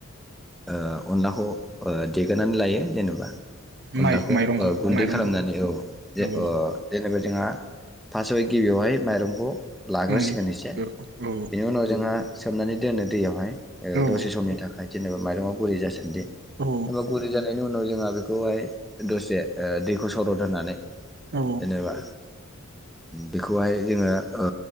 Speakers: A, in the centre; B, on the right.
A: ओ अनलाखौ ओ देग्रोनानै लायो जेनेबा अनलाखौ
B: माइ माइरंखौ
A: ओ गुन्दै
B: माइरंखौ
A: खालामनानै औ जे
B: औ
A: ओ जेनेबा जोंहा फास्टआव गिबियावहाय माइरंखौ लाग्रोसिगोन
B: ओं
A: एसे
B: औ औ
A: बिनि उनाव जोंहा सोमनानै दोनो दैयावहाय ओ
B: औ
A: दसे समनि थाखाय जेनेबा माइरंआ गुरै जासान्दि
B: औ
A: एबा गुरि जानाय नि उनाव जोंहा बेखौहाय दसे ओ दैखौ सरद होनानै
B: औ
A: जेनेबा बेखौहाय जोङो ओ